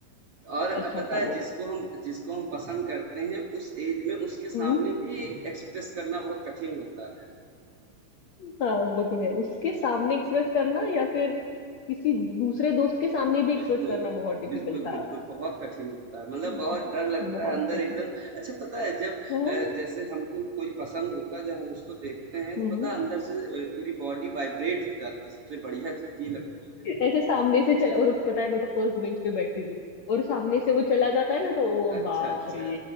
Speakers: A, on the right (about 70°); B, on the left (about 70°).
A: और अ,
B: अच्छा
A: पता
B: था
A: है
B: वो
A: जिसको हम जिसको हम पसंद करते हैं, उस ऐज में उसके सामने
B: हम्म
A: भी एक्सप्रेस करना बहुत कठिन होता है।
B: हाँ वो तो है उसके सामने एक्सप्रेस करना या फिर किसी दूसरे दोस्त के सामने भी एक्सप्रेस
A: बिल्कुल,
B: करना बहुत डिफिकल्ट
A: बिल्कुल,
B: था
A: बिल्कुल, बहुत कठिन होता है, मतलब
B: हम्म,
A: बहुत डर लगता
B: बहुत
A: है अंदर
B: कठिन
A: एकदम अच्छा पता है जब
B: हाँ
A: अ, जैसे हमको कोई पसंद होता है, जब हम उसको देखते हैं
B: हम्म
A: तो पता है अंदर से अ, पूरी बॉडी वाइब्रेट हो जाती है, सबसे बढ़िया चीज़ ये लगती है।
B: ऐसे सामने से चला और पता है मैं तो फर्स्ट बेंच पे बैठती थी और सामने से वो चला जाता है ना तो ओ
A: अच्छा,
B: बाप
A: अच्छा।
B: रे